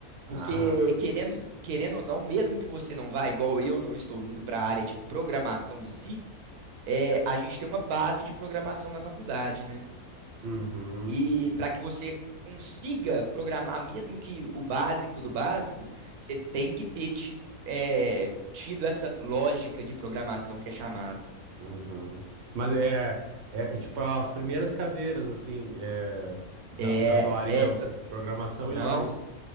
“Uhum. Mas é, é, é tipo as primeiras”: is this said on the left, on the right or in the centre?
Right